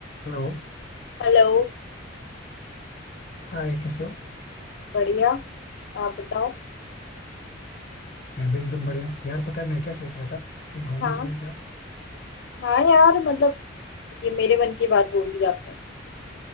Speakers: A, on the left; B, on the left.
A: हेलो
B: हेलो
A: हाय कैसे हो
B: बढ़िया आप बताओ
A: मैं भी एकदम बढ़िया यार पता है मैं क्या सोच रहा था कहीं घूमने
B: हाँ
A: चलें क्या
B: हाँ यार मतलब ये मेरे मन की बात बोल दी आपने